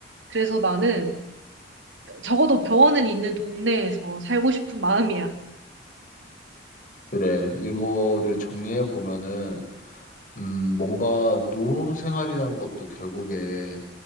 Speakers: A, on the right; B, on the left.
A: 그래서 나는 적어도 병원은 있는 동네에서 살고 싶은 마음이야.
B: 그래, 이거를 정리해 보면은 음, 뭔가 노후 생활이란 것도 결국에